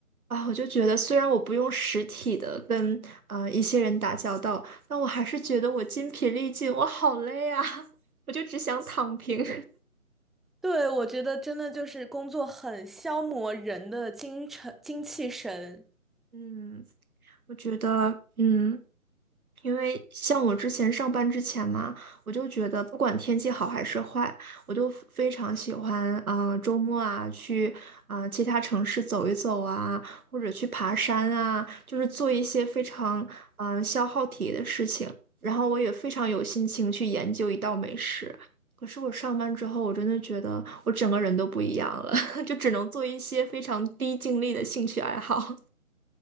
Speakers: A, on the right (about 80°); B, in the centre.
A: 啊，我就觉得虽然我不用实体的跟呃一些人打交道，但我还是觉得我筋疲力尽，我好累啊，<laughs> 我就只想躺平。
B: 对，我觉得真的就是工作很消磨人的精神、精气神。
A: <laughs> 嗯，我觉得，嗯。因为像我之前上班之前嘛，我就觉得不管天气好还是坏，我都非非常喜欢啊、呃周末啊去啊、呃其他城市走一走啊，或者去爬山啊，就是做一些非常嗯、呃消耗体力的事情。然后我也非常有心情去研究一道美食。可是我上班之后，我真的觉得我整个人都不一样了，<laughs> 就只能做一些非常低精力的兴趣爱好。